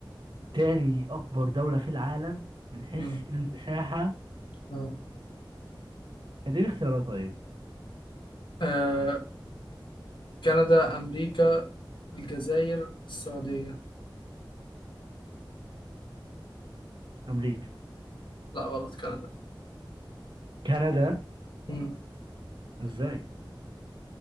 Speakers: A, on the right (about 70°); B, on the left (about 65°).
A: تاني أكبر دولة في العالم من حيث
B: مم.
A: المساحة
B: اه
A: اديني اختيارات طيب
B: آه، كندا أمريكا الجزائر السعودية
A: أمريكا
B: لا غلط كندا
A: كندا
B: مم.
A: ازاي